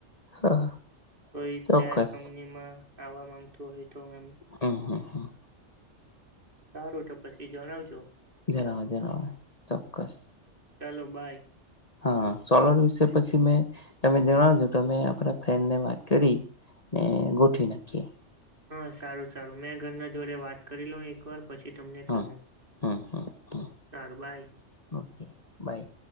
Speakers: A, on the left (about 35°); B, on the right (about 45°).
A: હા.
B: કોઈ
A: ચોક્કસ
B: ફ્લેયર કંપની માં આવવા માંગતું હોય તો એમ.
A: હ હા હા.
B: સારું તો પછી જણાવજો.
A: જણ જણાવ ચોક્કસ.
B: ચાલો બાાય.
A: હા સોલર વિશે પછી મે તમે જણાવજો કે આપડા ફ્રેન ને વાત કરી. ને ગોઠવી નાખીએ.
B: હા સારું સારું મેં ઘરના જોડે વાત કરી લઉ એક વાર. પછી તમને
A: હમ
B: કહું
A: હમ હમ
B: સારું ભાઈ.
A: Okay by.